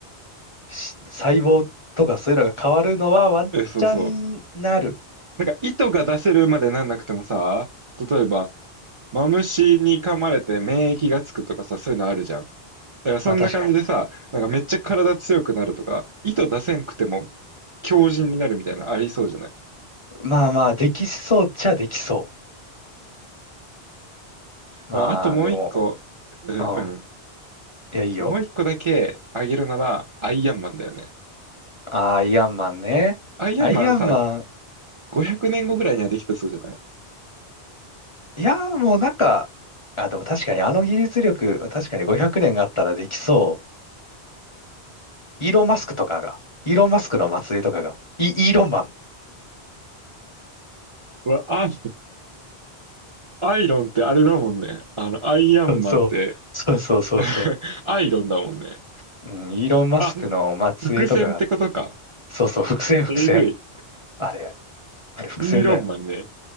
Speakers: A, on the left; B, on the right.
A: し細胞とかそういうのが変わるのはワンチャンなる。
B: え、そうそう。なんか糸が出せるまでなんなくてもさ、例えば、マムシに噛まれて免疫がつくとかさ、そういうのあるじゃん。だからそんな感じでさ、
A: まあ確かに。
B: なんかめっちゃ体強くなるとか、糸出せんくても強靭になるみたいなのありそうじゃない
A: まあまあ、できそうっちゃできそう。
B: まあ、
A: まあでも、
B: あともう一個、うんうん。
A: うん。いや、いいよ。
B: で、もう一個だけあげるなら、アイアンマンだよね。
A: あーアイアンマンね。
B: アイアンマンさ、
A: アイアンマン。
B: 500年後ぐらいにはできたそうじゃない
A: いや、もうなんか、あ、でも確かにあの技術力、確かに500年があったらできそう。イーロン・マスクとかが、イーロン・マスクの末裔とかが、イ、イーロンマ
B: うわ、あアイロンってあれだもんね。あの、アイアンマンって
A: ン。<laughs> そう、そうそうそうそう。
B: <laughs> アイロンだもんね。
A: うん、イーロン・マスクの末裔とかが、
B: あ、伏線ってことか。
A: そうそう、伏線伏線。
B: えぐい。
A: あれ、あれ伏線だよ。
B: イーロンマンね。